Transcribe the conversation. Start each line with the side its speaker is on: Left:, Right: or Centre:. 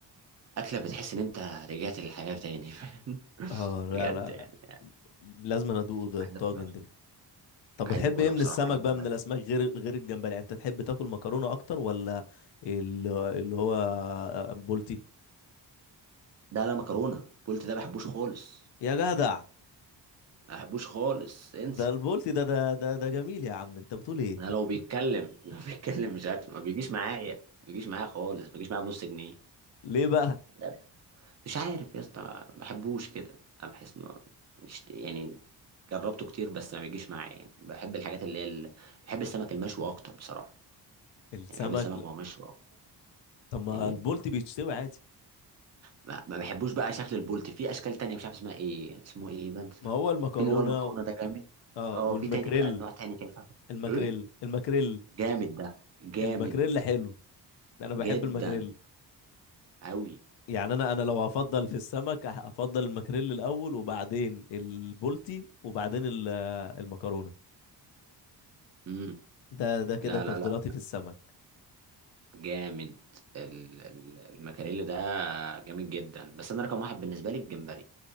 Right: اكله بتحس ان انت رجعت للحياه تاني فاهم <laughs>
Left: اه لا
Right: بجد
Left: لا
Right: يعني
Left: لا لازم أنا ادوق ده
Right: عايز
Left: الطاجن
Right: اكلها
Left: ده طب
Right: عايز
Left: بتحب
Right: اكلها
Left: ايه من
Right: بصراحه
Left: السمك
Right: عايز
Left: بقى
Right: اكلها
Left: من الاسماك
Right: جدا
Left: غير غير الجمبري يعني انت تحب تاكل مكرونه اكتر ولا ال- اللي هو بولتي
Right: ده لا مكرونه قلت ده ما بحبوش خالص
Left: يا جدع
Right: ما بحبوش خالص انسى
Left: ده البولتي ده ده ده ده جميل يا عم انت بتقول ايه
Right: انا لو بيتكلم <laughs> لو بيتكلم مش عارف ما بيجيش معايا ما بيجيش معايا خالص ما بيجيش معايا بنص جنيه
Left: ليه بقى
Right: بجد. مش عارف يا اسطى ما بحبوش كده انا بحس انه مش يعني جربته كتير بس ما بيجيش معايا يعني بحب الحاجات اللي هي ال... بحب السمك المشوي اكتر بصراحه
Left: السمك
Right: يعني بحب السمك
Left: لا.
Right: وهو مشوي اكتر
Left: طب ما
Right: ايه
Left: البولتي بيتشوي عادي
Right: ما, ما بحبوش بقى شكل البولتي في اشكال تانية مش عارف اسمها ايه اسمه ايه بنسى
Left: ما هو المكرونه
Right: في اللي هو المكرونه
Left: و...
Right: ده جامد
Left: اه
Right: اه
Left: والمكريل
Right: في تاني بقى نوع تاني كده مش عارف
Left: المكريل
Right: ايه
Left: المكريل
Right: جامد ده جامد
Left: المكريل حلو انا بحب
Right: جدا
Left: المكريل
Right: قوي
Left: يعني انا انا لو هفضل في السمك هفضل المكريل الاول وبعدين البولتي وبعدين ال- المكرونه
Right: امم
Left: ده ده كده
Right: لا
Left: تفضيلاتي
Right: لا لا
Left: في السمك
Right: جامد ال- ال- المكاريلي ده جامد جدا بس انا رقم واحد بالنسبه لي الجمبري